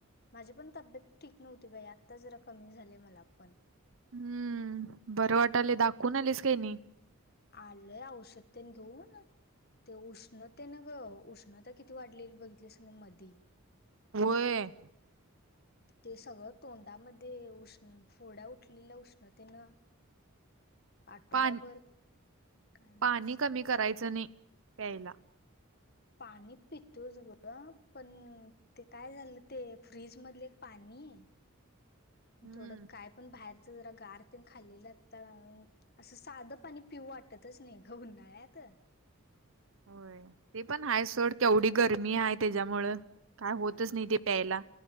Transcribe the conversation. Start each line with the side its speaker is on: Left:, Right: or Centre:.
Left: माझी पण तब्येत ठीक नव्हती बाई आता जरा कमी झाले मला पण.
Right: हम्म बरं वाटले दाखवून आलेस काही नाही.
Left: आलंय औषधतेन घेऊन ते उष्णतेन ग उष्णता किती वाढलेली बघितलीस मधी
Right: व्हय.
Left: ते सगळं तोंडामध्ये उष्ण फोड्या उठलेल्या उष्णतेनं आठवडाभर
Right: पा
Left: काय नव्हते
Right: पाणी कमी करायचं नाही पला
Left: पाणी पितोच ग पण ते काय झालं ते फ्रीज मध एक पाणी
Right: हम्म
Left: थोडं काय पण बाहेर जरा गार ते खाल्लेलं असं साधं पाणी पिऊ वाटतच नाही ग उन्हाळ्यात
Right: होय ते पण आहे सड केवढी गर तर मी आहे त्याच्यामुळं काय होतच
Left: हा
Right: नाही ते प्यायला.